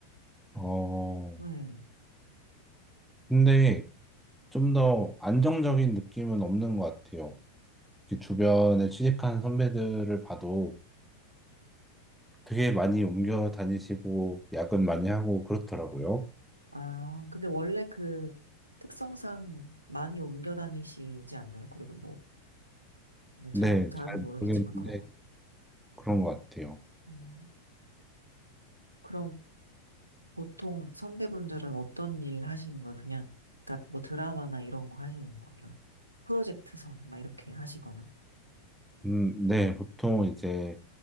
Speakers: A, in the centre; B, on the right (about 85°).
A: 어,
B: 네.
A: 근데 좀 더 안정적인 느낌은 없는 것 같아요. 그 주변에 취직한 선배들을 봐도 되게 많이 옮겨 다니시고 야근 많이 하고 그렇더라고요.
B: 아, 근데 원래 그 특성상 많이 옮겨 다니시지 않나요? 그리고 뭐, 뭐 잘,
A: 네,
B: 잘은
A: 잘
B: 모르겠지만
A: 모르겠는데
B: 그렇고.
A: 그런 것 같아요.
B: 음. 그럼 보통 선배분들은 어떤 일 하시는 거예요? 그냥, 그러니까 뭐 드라마나 이런 거 하시는 거예요? 프로젝트성 막 이렇게 하시거나.
A: 음, 네, 보통 이제